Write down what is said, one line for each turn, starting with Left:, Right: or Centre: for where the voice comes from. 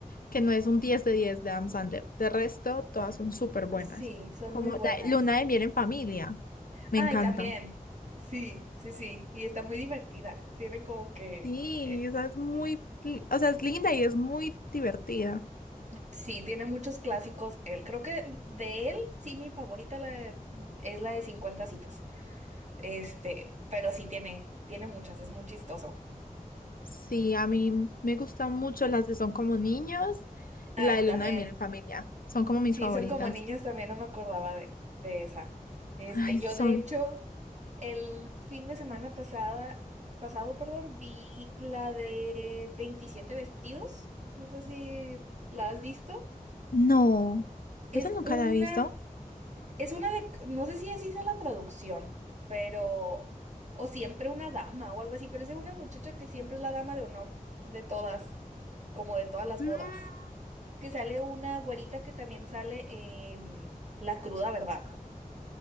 Left: que no es un 10 de 10 de Adam Sandler. De resto, todas son súper buenas.
Right: Sí, son
Left: Como
Right: muy buenas.
Left: la Luna de Miel en Familia, me
Right: Ay,
Left: encanta.
Right: también. Sí, sí, sí. Y está muy divertida. Tiene como que
Left: Sí,
Right: eh,
Left: esa es muy, li- o sea, es linda y es muy divertida.
Right: Sí, tiene muchos clásicos. Él, creo que de él, sí, mi favorita la de- mm, es la de cincuenta citas. Este, pero sí tiene, tiene muchas, es muy chistoso.
Left: Sí, a mí me gustan mucho las que son como niños y
Right: Ah,
Left: la de Luna
Right: también.
Left: de Miel en Familia. Son como mis
Right: Sí,
Left: favoritas.
Right: son como niños también, no me acordaba de, de esa. Este,
Left: Ay,
Right: yo
Left: son
Right: de hecho, el fin de semana pasada, pasado, perdón, vi la de veintisiete vestidos. No sé si la has visto.
Left: No,
Right: Es
Left: esa nunca
Right: una
Left: la he visto.
Right: Es una de, no sé si así sea la traducción, pero, o siempre una dama o algo así, pero es de una muchacha que siempre es la dama de honor de todas, como de todas las
Left: Mm,
Right: bodas, que sale una güerita que también sale en La cruda verdad.